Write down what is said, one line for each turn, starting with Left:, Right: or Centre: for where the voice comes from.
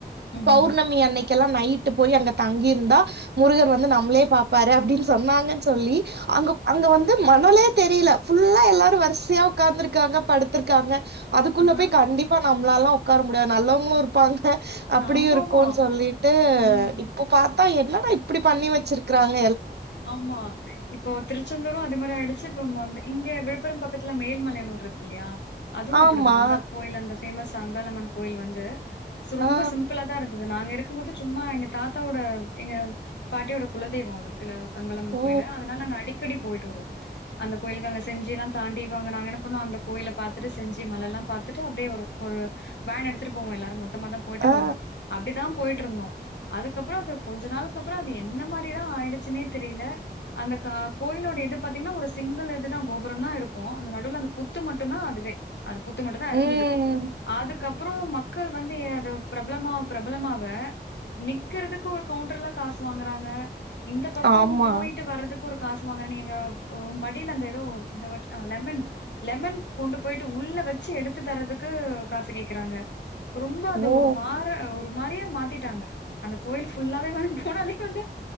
Left: ம்ஹூஹூ
Right: பௌர்ணமி அன்னைக் கெல்லா நைட்டு போய் அங்க தங்கியிருந்தா முருகர் வந்து நம்ளேயே பாப் பாரு அப்டின்னு சொன்னாங்கன்னு சொல்லி அங்க அங்க வந்து மணலே தெரியல ஃபுல்லா எல்லாரு வரிசையா உக்காந்துருக் காங்க படுத்திருக்காங்க அதுக்குள்ள
Left: ஆஹா
Right: போய் கண்டிப்பா நம்மளால்லா உக்கார முடியாது நல்லவங்களு இருப்பாங்க அப்படியு
Left: ஆமாமா
Right: இருக்குன்னு சொல்லீட்டு
Left: ம்
Right: இப்போ பா ட்டா என்னடா இப்படி பண்ணி வச்சிருக்குறாங்க
Left: ஆமா இப்போ திருச்செந்தூரு அது மாரி ஆயிடுச்சு இப்ப மந்தே இங்க விழுப்புரம் பக்கத்துல மேல்மலையனூர் இருக்கு இல்லையா அதுவு அப்படிதா
Right: ஆமா
Left: அந்த கோயில் அந்த ச ஃபேமஸ் அங்காளம்மன் கோயில் வந்து ரொம்ப
Right: ஆ
Left: சிம்பிளா தா இருந்தது நாங்க இரு இருக்கும் போது சும்மா எங்க தாத்தாவோட எங்க பாட்டியோட குலதெய்வம் அது அதுல அங்காலம்மன்
Right: ஓ
Left: கோயிலு அதனால நாங்க அடிக்கடி போயிட்டு ட்டு வருவோ அந்த கோயிலுக்கு அங்க செஞ்சிலாம் தாண்டி அங்க நாங்க என்ன பன்னோ அந்த கோயில பாத்துட்டு செஞ்சி மலலாம் பாத்துட்டு அப்படியே வரும் ஒரு வேன் எடுத்துட்டு போவோம் எல்லாரும் மொத்தமா தான் போயிட்டு
Right: ஆ
Left: வருவோம் அப்படிதான் போயிட்டிருந்தோம் அதுக்கப்பறம் அது கொஞ்ச நாள்க்கு அப்புறம் அது எந்த மாரி தான் ஆயிடுச்சுன்னே தெரியில அந்த கா கோயிலோட இது பாத்தீங்கன்னா ஒரு சிங்கிள் இதுதான் கோபுரந்தான் இருக்கும் அந்த நடுவுல அந்த புத்து மட்டும்தான் அதுவே அது புத்து மட்டும் தான்
Right: ம்
Left: இருந்தது அதுக்கப் ப்பறம் மக்கள் வந்து அ பிரபலமா பிரபலமாவ நிக்கிறதுக்கு ஒரு கவுண்டர்ல காசு வாங்கறாங்க இந்த பக்
Right: ஆமா
Left: கம் போயிட்டு வர்றதுக்கு ஒரு காசு வாங்கறா நீங்க எங்க மடியில அந்த எதோ தவட் அஹ லெமன் லெமன் கொண்டு போயிட்டு உள்ள வச்சு எடுத்து தரதுக்கு காசு கேக்குறாங்க ரொம்ப
Right: ஓ
Left: அது ஒரு மாறா ஒரு மரியே மாத்திட்டாங்க அந்த கோயில ஃபுல்லாவே வந்து போனாலே வந்து